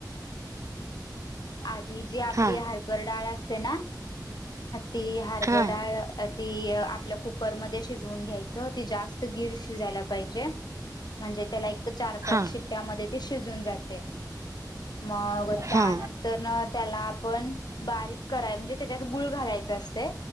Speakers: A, on the left (about 70°); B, on the right (about 45°).
A: ती जी आपली
B: हा
A: हरपर डाळ असते ना! ती हरबडा
B: हा
A: डाळ ती आपल्या कुकरमध्ये, शजवून घ्यायच ती जास्त गीर शिजयला पाहिजे, म्हणजे त्याला एक चार पाच
B: हा
A: शिट्ट्यामध्ये ते शिजून जातय. मग त्यानंतर
B: हा
A: न त्याला, आपण बारीक कराय म्हणजे त्याच्यात गुळ घालायच असतय